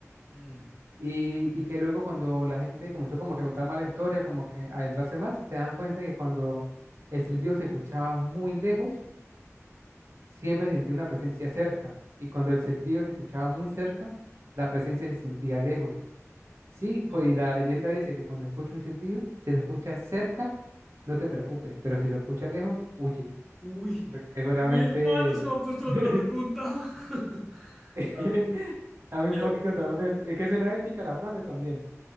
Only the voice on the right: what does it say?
Y, y que luego cuando la gente comenzó como que a contar mala historia, como que a adentrarse más, se dan cuenta que cuando el silbido se escuchaba muy lejos, siempre se sentía una presencia cerca. Y cuando el silbido se escuchaba muy cerca, la presencia se sentía lejos. Sí, pues
y la leyenda dice que cuando escucha un silbido, si lo escuchas cerca, no te preocupes, pero si lo escuchas lejos, huye.
Porque Seguramente...
<laughs>
<laughs>
A mí
un poquito también. Es que suena épica la frase también.